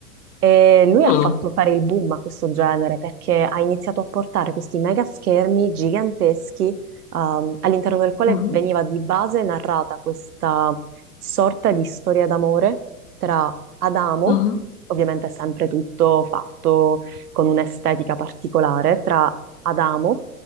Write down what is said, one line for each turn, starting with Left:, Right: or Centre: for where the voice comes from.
Right: e lui
Left: Ah.
Right: ha fatto fare il boom a questo genere perché ha iniziato a portare questi mega schermi giganteschi, ehm, all'interno del quale
Left: Ah.
Right: veniva di base narrata questa sorta di storia d'amore tra Adamo,
Left: Ah.
Right: ovviamente sempre tutto fatto con un'estetica particolare, tra Adamo